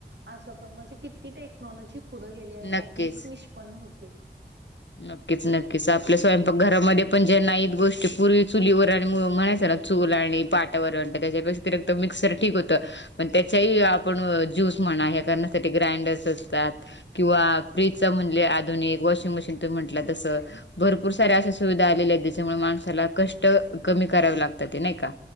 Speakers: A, on the right (about 70°); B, on the left (about 80°).
A: असं पण म्हणजे किती टेक्नॉलॉजी पुढं गेली आहे ह्यातून
B: नक्कीच
A: निष्पन्न होते.
B: नक्कीच नक्कीच आपल्या स्वयंपाक घरामध्ये पण जे नाही. गोष्टी पूर्वी चुलीवर आणि म म्हणायचं ना चूल आणि पाटावरवंटा त्याच्यापेक्षा तर मिक्सर ठीक होतं. पण त्याच्याही आपण ज्यूस म्हणा ह्या का ना ग्रायंडर्स असतात किंवा फ्रीज च म्हणले अधुनिक वॉशिंग मशीन - ते म्हटलं तसं भरपूर साऱ्या अशा सुविधा आलेल्या आहेत ज्याच्यामुळे माणसाला कष्ट कमी करावे लागतात ते नाही का